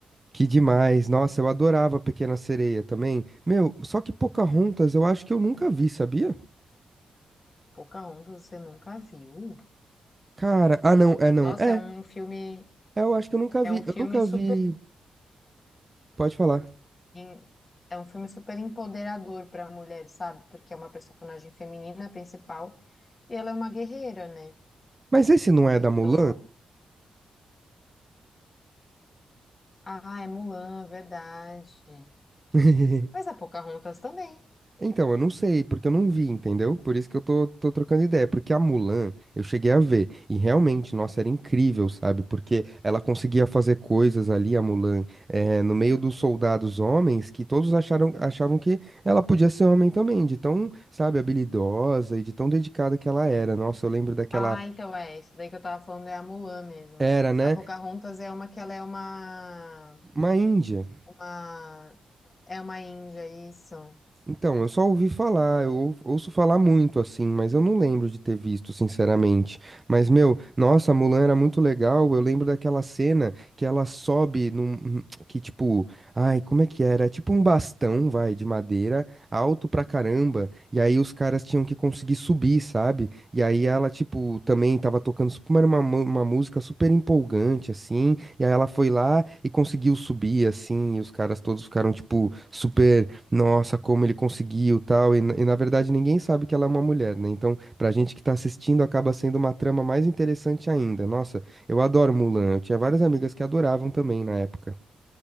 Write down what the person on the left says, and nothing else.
Pocahontas você nunca viu?
Nossa,
é um filme,
é
um filme
super
em- É um filme super empoderador para a mulher, sabe? Porque é uma personagem feminina principal E ela é uma guerreira, né?
Então,
ah, é Mulan, verdade.
Mas a Pocahontas também.
Ah, então é, isso daí que eu tava falando é a Mulan mesmo.
A Pocahontas é uma que ela é uma,
uma, é uma índia, isso.